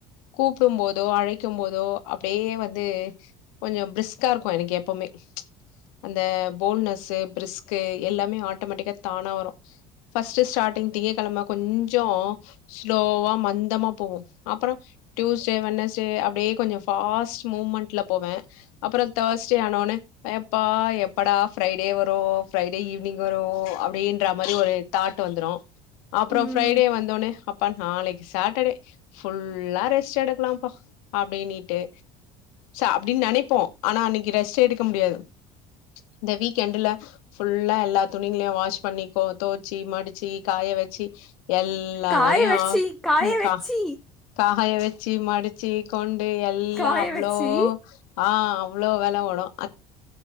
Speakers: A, on the left; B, in the centre.
A: கூப்டும் போதோ அழைக்கும் போதோ அப்டியே வந்து கொஞ்ச பிரிஸ்க்கா இருக்கு எனக்கு எப்பமே அந்த போல்ட்னஸ் பிரிஸ்க்கு எல்லாமே ஆட்டமெட்டிக்கா தானா வரு ஃபஸ்ட்டு ஸ்டாட்டிங் திங்ககெழம கொஞ்சொ ஸ்லோவா மந்தமா போகு அப்பற டியூஸ்டே வெனஸ்டே அப் அப்டியே கொஞ்ச ஃபாஸ்ட் மூவ்மெண்ட்ல போவ அப்பற தேர்ஸ்டே ஆனவுனே ஏப்பா எப்படா ஃப்ரைடே வரு ஃப்ரைடே ஈவினிங் வரு அப்டின்ற மாரி ஒரு தாட் வந்துரு அப்பற
B: ம்
A: ஃப்ரைடே வந்தோனே அப்பா நாளைக்கு சாட்டர்டே ஃபுல்லா ரெஸ்ட் எடுக்கலாம்ப்பா அப்டின்னிட்டு அப்டின்னு நெனைப்போ ஆனா அன்னைக்கு ரெஸ்ட் எடுக்க முடியாது இந்த வீக்கெண்டுல ஃபுல்லா எல்லா துணிங்களையு வாஷ் பண்ணிக்கோ தோச்சி மடிச்சு காய வெச்சி எல்லா
B: காய
A: வேலையு
B: வச்சி காய
A: கா
B: வச்சி
A: கா காய வச்சி மடிச்சி கொண்டு எல்லாம்
B: காய
A: அவ்ளோ
B: வச்சி
A: ஆ அவளோ வேலை ஒடும்